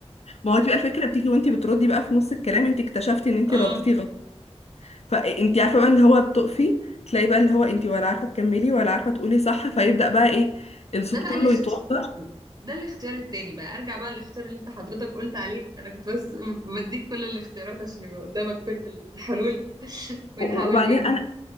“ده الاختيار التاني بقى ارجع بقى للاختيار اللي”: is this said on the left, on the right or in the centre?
Right